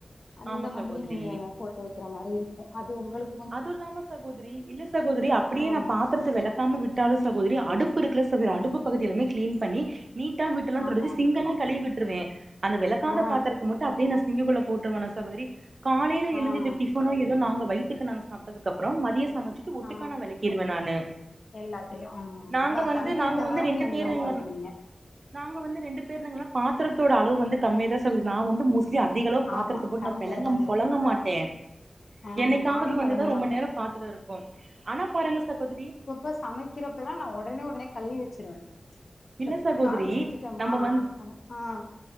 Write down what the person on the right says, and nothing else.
ஆமா
சகோதரி
அது இல்லாம சகோதரி இல்ல சகோதரி அப்படியே
நா பாத் தரத்த வெளக்காம விட்டாலு சகோதரி அடுப்பு இருக்குல சகோதரி
அடுப்பு பகுதி எல்லாமே க்ளீன் பண்ணி நீட்டா வீட்டுல்லா
தொடச்சி சிங்கலா கழுவி விட்டுருவே அந்த வெளக்காத
பாத்தரத்த மட் டு அப்டே நா சிங்குகுள்ள போட்ருவனா சகோதரி காலையில எழுந்து
இது டிஃபனோ எதோ நாங்க வை த்துக்கு நாங்க சாப்டதுக்கு அப்றம் மதிய சமச்சுட்டு ஒட்டுக்கா
நா வெளக்கிடுவ நானு
நாங்க
வந்து
நாங்க
வந்து ரெண்டு
பேருங்க
நாங்க வந்து ரெண்டு பேருதாங்ளா பாத்தரதோட அளவு வந்து கம்மியா தா சகோதரி நா வந்து மோஸ் ட்லி அதிகளவு பாத்திரத்த
போட்டு
நா பெலங்க
பொலங்க மாட்டே
என்னைக் காவது
வந்துதா
ரொம்ப
நேரோ பாத்தரோ இருக்கு ஆனா பாருங்க சகோதரி
இல்ல சகோதரி
நம்ம வந்து